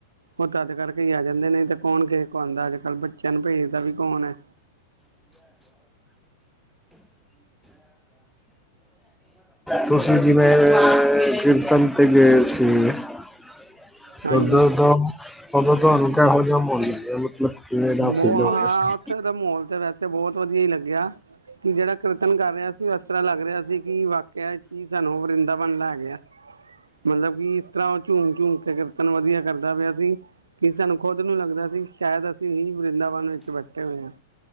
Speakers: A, on the right; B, in the centre.
A: ਉਹ ਤਦ ਕਰਕੇ ਆ ਜਾਂਦੇ ਨੇ ਤੇ ਕੌਣ ਕੇ ਆਉਂਦਾ ਅੱਜ ਕੱਲ ਬੱਚਿਆਂ ਨੂੰ ਭੇਜਦਾ ਵੀ। ਕੌਣ ਹੈ।
B: ਤੁਸੀਂ, ਜੀ ਮੈਂ, ਗ੍ਰਮਤਮ। ਤੇ ਗਏ ਸੀ। <unintelligible>
A: ਹਾਂਜੀ
B: <unintelligible>
A: ਮ
B: ਫੀਲ ਹੋਇਆ
A: ਹਾਂ
B: ਸੀ
A: ਉੱਥੇ ਤਾਂ ਮਾਹੋਲ ਤੇ ਬੈ ਅਤੇ ਬਹੁਤ ਵਧੀਆ ਹੀ ਲੱਗਿਆ। ਕਿ ਜਿਹੜਾ ਕੀਰਤਨ ਕਰ ਰਿਹਾ ਸੀ ਉਹ ਇਸ ਤਰ੍ਹਾਂ ਲੱਗ ਰਿਹਾ ਸੀ ਕਿ ਵਾਕਿਆ ਕੀ ਸਾਨੂੰ ਵਰਿੰਦਾ ਬਣ ਲੈ ਗਿਆ ਮਤਲਬ ਕਿ ਇਸ ਤਰ੍ਹਾਂ ਉਹ ਝੂਮ ਝੂਮ ਕੇ ਕੀਰਤਨ ਵਧੀਆ ਕਰਦਾ ਪਿਆ ਸੀ, ਕੀ ਸਾਨੂੰ ਖੁਦ ਨੂੰ ਲੱਗਦਾ ਸੀ ਸ਼ਾਇਦ ਅਸੀਂ ਵਰਿੰਦਾਵਨ ਵਿੱਚ ਬੈਠੇ ਹੋਏ ਹਾਂ।